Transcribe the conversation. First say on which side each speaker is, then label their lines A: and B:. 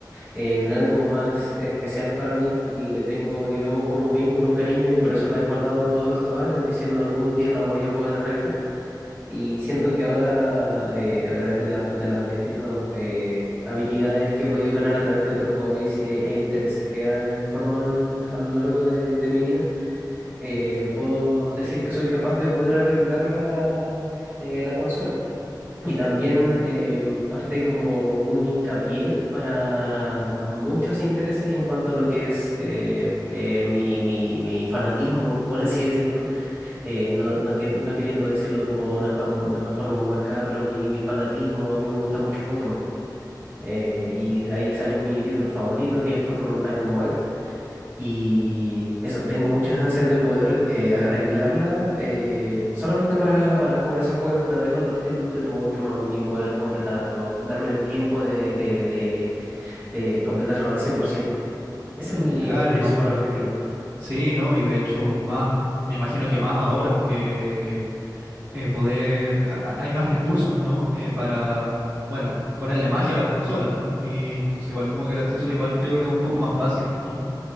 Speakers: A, on the right; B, on the right.
A: en algo más especial para mí. Le tengo, digamos, como un vínculo, un cariño y por eso la he guardado todos estos años diciendo algún día la voy a poder arreglar. Y siento que ahora, eh, a través de las, de las distintas eh, habilidades que he podido ganar a través de otros hobbies y- e, intereses que he formado en- a lo largo de, de mi vida, eh, puedo decir que soy capaz de poder arreglar la, eh, la consola. Y también eh, parte como un hincapié para muchos intereses en cuanto a lo que es eh, eh, mi, mi mi fanatismo, <laughs> por así decirlo eh, no, no, quie- no queriendo decirlo como una forma, de una forma muy marcada, pero mi, mi fanatismo, a mí me gusta mucho Pokémon. Eh,
B: Ujú.
A: y de ahí salió mi título favorito, que es el Pokémon Black and White. Y eso, tengo muchas ansias de poder eh, arreglarla eh, solamente para, para jugar ese juego, tal vez otros títulos de Pokémon y poder completarlo, darme el tiempo de, de, de, de completarlo al cien por ciento Ese
B: Mm,
A: es mi
B: claro,
A: principal
B: ¿no?
A: objetivo.
B: Sí, ¿no? Y de hecho, más, me imagino que más ahora que eh, poder, a- a- hay más recursos, ¿no? Eh, para, bueno, ponerle magia a las consolas, ¿no? Y entonces igual como que el acceso igual creo que es un poco más fácil, ¿no?